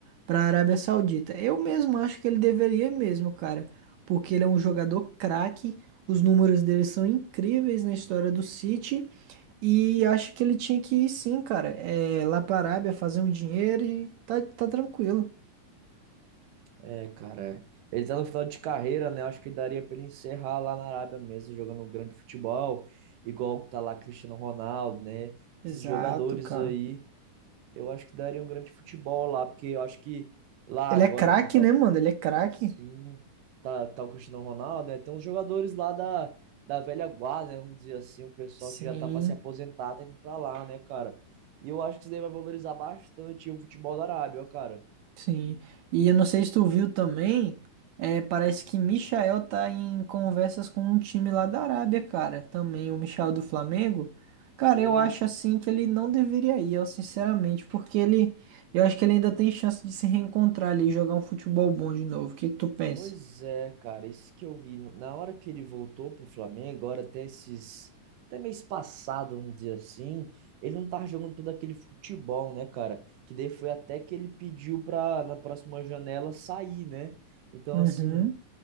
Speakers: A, on the right; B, on the right.
A: para Arábia Saudita. Eu mesmo acho que ele deveria ir mesmo, cara, porque ele é um jogador craque, os números dele são incríveis na história do City e acho que ele tinha que ir sim, cara. É, lá para Arábia fazer um dinheiro e tá, tá tranquilo.
B: É, cara. Ele tá no final de carreira, né? eu Acho que daria pra ele encerrar lá na Arábia mesmo, jogando um grande futebol, igual tá lá Cristiano Ronaldo, né?
A: Exato,
B: Esses jogadores
A: cara.
B: aí. Eu acho que daria um grande futebol lá, porque eu acho que lá
A: Ele
B: agora,
A: é craque,
B: como tá,
A: né, mano? Ele é craque.
B: sim, tá, tá o Cristiano Ronaldo, né? Tem uns jogadores lá da, da velha guarda, né, vamos dizer assim, o pessoal
A: Sim.
B: que já tá pra se aposentar, tá indo pra lá, né, cara? E eu acho que isso daí vai valorizar bastante o futebol da Arábia, ó, cara.
A: Sim. E eu não sei se tu viu também, é, parece que Michael tá em conversas com um time lá da Arábia, cara. Também o Michael do Flamengo. Cara,
B: Sei.
A: eu acho assim que ele não deveria ir, eu sinceramente, porque ele, eu acho que ele ainda tem chance de se reencontrar ali e jogar um futebol bom de novo. O que que tu pensa?
B: Pois é, cara, isso que eu vi. no- Na hora que ele voltou pro Flamengo, agora até esses. Até mês passado, vamos dizer assim, ele não tava jogando todo aquele futebol, né, cara? Que daí foi até que ele pediu pra, na próxima janela, sair, né? Então,
A: Uhum.
B: assim,